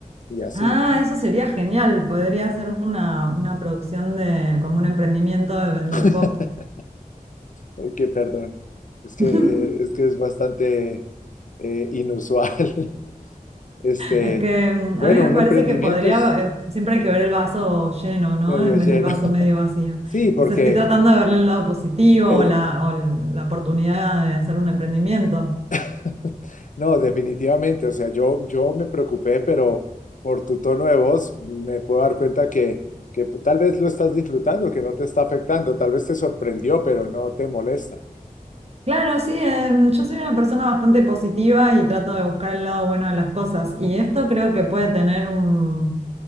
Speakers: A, on the left; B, on the right.
A: y así,
B: Ah,
A: ¿no?
B: eso sería genial. Podría ser una, una producción de, como un emprendimiento de vender
A: <laughs>
B: pop.
A: Ay, qué perdón. Es que,
B: <laughs>
A: eh, es que es bastante eh, inusual. <laughs> Este,
B: Es que mm,
A: bueno,
B: a mí me
A: un
B: parece
A: emprendimiento
B: que podría,
A: es
B: eh, siempre
A: sí,
B: hay que ver el vaso lleno, ¿no?
A: medio
B: En
A: lleno.
B: vez del vaso
A: <laughs>
B: medio vacío.
A: Sí,
B: Entonces
A: porque
B: estoy tratando de verle el lado positivo
A: eh,
B: o la, o el- la oportunidad de hacer un emprendimiento.
A: <laughs> No, definitivamente. O sea, yo, yo me preocupé, pero por tu tono de voz me puedo dar cuenta que, que tal vez lo estás disfrutando, que no te está afectando, tal vez te sorprendió, pero no te molesta.
B: Claro, sí, em, yo soy una persona bastante positiva y trato de buscar el lado bueno de las cosas. Y esto creo que puede tener un,